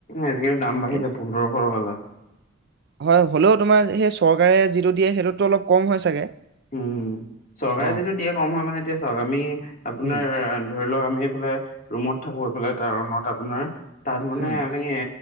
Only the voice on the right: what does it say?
কিন-
হয়, হ'লও তোমাৰ সেই চৰকাৰে যিটো দিয়ে সেইটোততো অলপ কম হয় চাগে?
অ
উম
উম